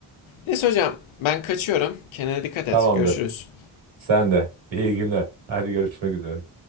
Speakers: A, on the left (about 75°); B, on the right (about 70°).
A: Neyse hocam ben kaçıyorum. Kendine dikkat et.
B: Tamamdır.
A: Görüşürüz.
B: Sen de. İyi günler. Hadi görüşmek üzere.